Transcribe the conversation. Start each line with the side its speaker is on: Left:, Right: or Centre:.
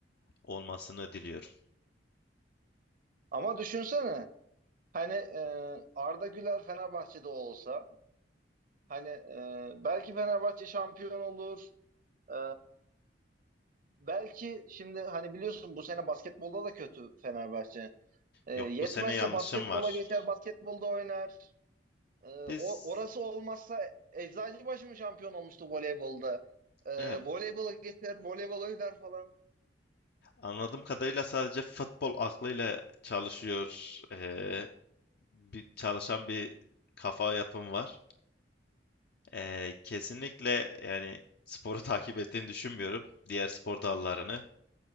Left: olmasını diliyorum.
Right: Ama düşünsene hani e, Arda Güler Fenerbahçe'de olsa hani e, belki Fenerbahçe şampiyon olur. E, belki şimdi hani biliyorsun bu sene basketbolda da kötü Fenerbahçe. E,
Left: Yok
Right: yetmezse
Left: bu sene yanlışım
Right: basketbola
Left: var.
Right: geçer, basketbolda oynar. E, o,
Left: Biz
Right: orası olmazsa Eczacıbaşı mı şampiyon olmuştu voleybolda? E,
Left: evet,
Right: voleybola geçer, voleybol oynar falan.
Left: anladığım kadarıyla sadece futbol aklıyla çalışıyor eee bir çalışan bir kafa yapım var. Ee, kesinlikle yani sporu <laughs> takip ettiğini düşünmüyorum. Diğer spor dallarını.